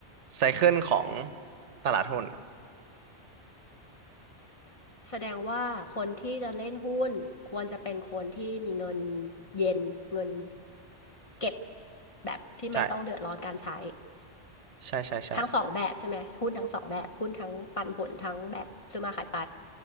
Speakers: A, on the right; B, on the left.
A: ไซเคิลของตลาดหุ้นอะ
B: แสดงว่าคนที่จะเล่นหุ้นควรจะเป็นคนที่มีเงินเย็นเงิน เก็บแบบที่ไม่ต้องเดือดร้อนการใช้
A: ใช่ใช่ใช่ใช่
B: ทั้งสองแบบใช่ไหมหุ้นทั้งสองแบบหุ้นทั้งปันผลทั้งแบบซื้อมาขายไป